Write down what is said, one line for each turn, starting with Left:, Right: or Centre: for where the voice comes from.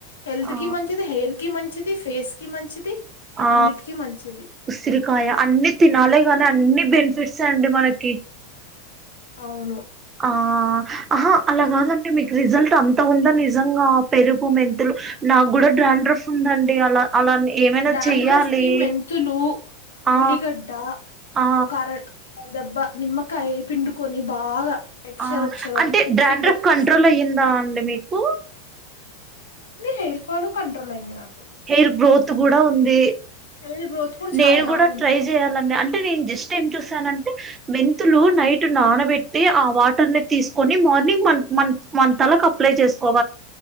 Left: హెల్త్
Right: ఆ
Left: కి మంచి హెల్త్ కి మంచిది ఫేస్ కి మంచిది
Right: ఆ
Left: అన్నిటికీ మంచిది
Right: ఉసిరికాయ అన్ని తినాలే గానీ అన్ని బెనిఫిట్స్ ఏ అండి మనకి
Left: అవును
Right: ఆ అహ అలా కాదండి మీ రిజల్ట్ అంత ఉందా నిజంగా పెరుగు మెంతులు నాకు కూడా డ్రాండ్రఫ్ ఉందండి అలా అలా ఏమైనా
Left: డాండ్రఫ్
Right: చెయ్యాలి
Left: కి మెంతులు,
Right: ఆ
Left: ఉలిగడ్డ
Right: ఆ
Left: ఒక అర దెబ్బా నిమ్మకాయ పిండుకని బాగా టెక్చర్
Right: ఆ
Left: వచ్చే వరకు
Right: అంటే
Left: మిక్సి
Right: డాండ్రఫ్
Left: కి పట్టేసి
Right: కంట్రోల్ అయ్యిందా అండి మీకు
Left: హెయిర్ ఫాలు కంట్రోల్ అయింది నాకు.
Right: హెయిర్ గ్రోత్ కూడా ఉంది.
Left: హెయిర్ గ్రోత్ కూడా
Right: నేను
Left: చాలా
Right: కూడా
Left: బాగుంది
Right: ట్రై చేయాలి అండి. అంటే నేను జస్ట్ ఏం చూసానంటే మెంతులు నైట్ నానబెట్టి, ఆ వాటర్ ని తీసుకొని మార్నింగ్ మన్, మన్, మన్, తలకు అప్లై చేసుకోవాలి.